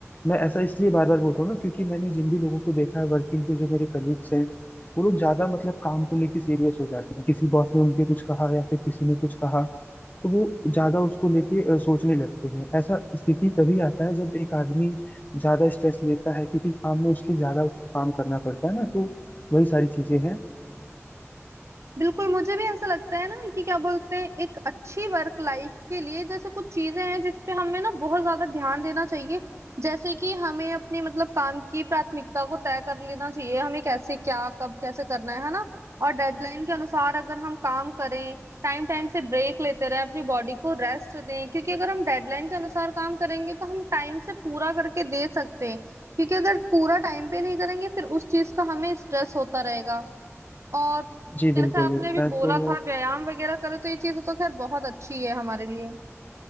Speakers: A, on the left; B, on the right.
A: मैं ऐसा इसलिए बार बार बोल रहा हूँ ना क्योंकि मैंने जिन भी लोगों को देखा है वर्किंग पे जो मेरे कलीग्स हैं वो लोग ज्यादा मतलब काम को लेके सीरियस हो जाते हैं किसी बॉस ने उनके कुछ कहा या फिर किसी ने कुछ कहा तो वो ज्यादा उसको लेके अ, सोचने लगते हैं ऐसा स्थिति तभी आता है जब एक आदमी ज्यादा स्ट्रेस लेता है क्योंकि काम में उसके ज्यादा उसको काम करना पड़ता है ना तो वही सारी चीजें हैं
B: बिल्कुल मुझे भी ऐसा लगता है ना कि क्या बोलते हैं एक अच्छी वर्क लाइफ के लिए जैसे कुछ चीजें हैं जिस पे हमें ना बहुत ज्यादा ध्यान देना चाहिए जैसे कि हमें अपने मतलब काम की प्राथमिकता को तय कर लेना चाहिए हमें कैसे क्या कब कैसे करना है है ना और डेडलाइन के अनुसार अगर हम काम करें टाइम टाइम से ब्रेक लेते रहें अपनी बॉडी को रेस्ट दें क्योंकि अगर हम डेडलाइन के अनुसार काम करेंगे तो हम टाइम से पूरा करके दे सकते हैं क्योंकि अगर पूरा टाइम पे नहीं करेंगे फिर उस चीज का हमें स्ट्रेस होता रहेगा और
A: जी बिल्कुल
B: जैसा आपने अभी
A: मैं
B: बोला
A: तो
B: था व्यायाम वगैरह करे तो ये चीज तो खैर बहुत अच्छी है हमारे लिए